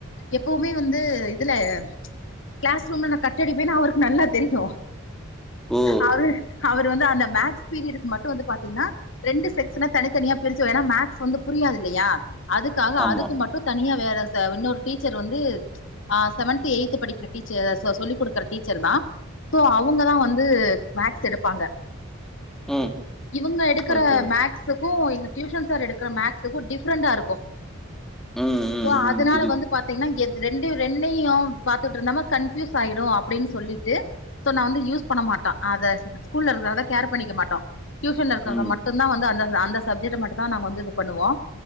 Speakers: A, on the left; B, in the centre.
A: எப்பவுமே வந்து இதுல கிளாஸ் ரூம்ல நா கட் அடிப்பேனு அவருக்கு நல்லா தெரியு
B: ஓ!
A: அவரு அவர் வந்து அந்த மேக்ஸ் பீரியடுக்கு மட்டு வந்து பாத்தீங்னா ரெண்டு செக்ஷன தனித்தனியா பிரிச்சிவேணா மேக்ஸ் வந்து புரியாது இல்லையா அதுக்காக
B: ஆமா.
A: அதுக்கு மட்டு தனியா வேற சா இன்னொரு டீச்சர் வந்து ஆ செவன்த்து ஏய்த்து படிக்கிற டீச்சர் சொ சொல்லி குடுக்கற டீச்சர் தா சோ அவ் அவுங்க தா வந்து மேக்ஸ் எடுப்பாங்க
B: ம்.
A: இவங்க எடுக்கிற
B: ஓகே.
A: மேக்ஸ் துக்கு எங்க டியூஷன் சார் எடுக்கிற மேக்ஸ்ஸுக்கு டிஃப்ரெண்டா இருக்கு
B: ம், ம்,
A: சோ அதனால
B: ம். புரியுது.
A: வந்து பாத்தீங்னா எத் ரெண்டு ரெண்டையு பாத்துட்டிருந்தமா கன்ஃப்யூஸ் ஆயிடு அப்டின் சொல்லிட்டு சோ நா வந்து யூஸ் பண்ண மாட்டா அத ஸ்கூல்ல இருக்கறத கேர் பண்ணிக்க மாட்டோ டியூஷன்ல இருக்கிறத
B: ம்.
A: மட் டுந்தா வந்து அந்த அந்த சப்ஜெட்ட மட்டுதா நாங்க வந்து இது பண்ணுவோ